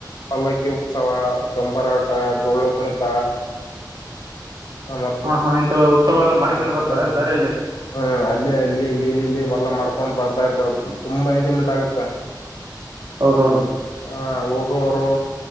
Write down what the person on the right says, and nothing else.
ಹಾಂ ಹಾಂ ಇಂಥ ಉತ್ಸವಗಳನ್ನು
ಮಾಡ್ಕ್ಯಂತ ಬರ್ತಾರೆ
ದಾರಿಯಲ್ಲಿ
ಹೌದೌದು... !